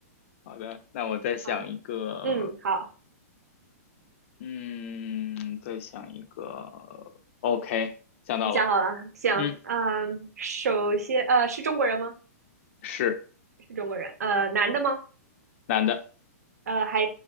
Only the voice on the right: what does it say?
啊，嗯，好，
你想好了，行，
嗯，首先，呃，是中国人吗？
是中国人，呃，男的吗？
呃，还